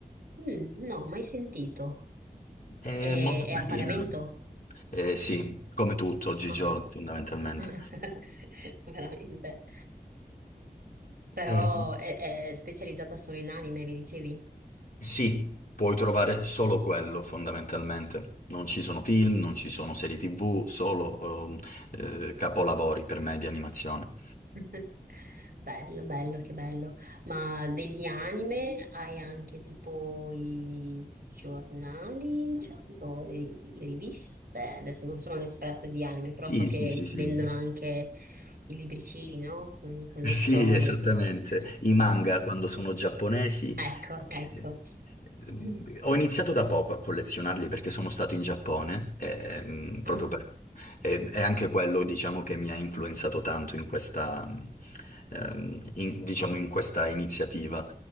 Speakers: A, on the right; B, on the left.
A: Mm, no, mai sentito.
B: È
A: E-
B: molto
A: È,
B: carina.
A: a pagamento?
B: Eh,
A: Sì.
B: sì, come tutto oggigiorno
A: Ah.
B: fondamentalmente.
A: <laughs> Veramente. Però
B: Eh,
A: è, è specializzata solo in anime, mi dicevi?
B: Sì, puoi trovare solo quello fondamentalmente. Non ci sono film, non ci sono serie TV, solo ehm, eh, capolavori per me di animazione.
A: <laughs> Bello, bello, che bello. Ma degli anime hai anche tipo i giornali, cioè tipo le, le riviste. Adesso non sono un'esperta di anime, però
B: Sì,
A: so che
B: sì, sì, sì.
A: vendono anche i libricini, no? Con, con
B: Sì,
A: le storie.
B: esattamente.
A: <laughs>
B: I manga quando sono giapponesi.
A: Ecco, ecco.
B: eh, eh,
A: <laughs>
B: Ho iniziato da poco a collezionarli perché sono stato in Giappone, eh, ehm, proprio
A: Ah,
B: per... e è anche quello, diciamo, che mi ha influenzato tanto in questa, ehm, in- diciamo, in questa iniziativa.